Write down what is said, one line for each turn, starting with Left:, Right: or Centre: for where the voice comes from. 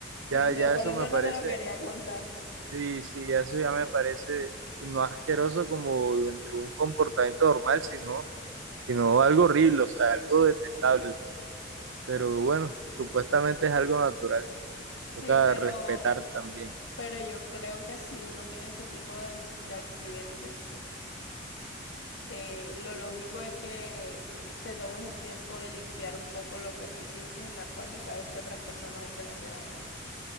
Right: Ya,
Left: Sí, <laughs>
Right: ya
Left: mira, por
Right: eso
Left: eso
Right: me parece
Left: no te lo quería contar.
Right: Sí, sí, eso ya me parece no asqueroso como dentro de un comportamiento normal, sino, sino algo horrible, o sea, algo detestable. Pero bueno, supuestamente es algo natural,
Left: Sí,
Right: toca
Left: pero,
Right: respetar también.
Left: pero yo creo que si uno tiene ese tipo de, ans- de accidentes, eh, lo lógico es que te tomes el tiempo de limpiar un poco lo que hiciste y más cuando sabes que otras personas usan ese baño.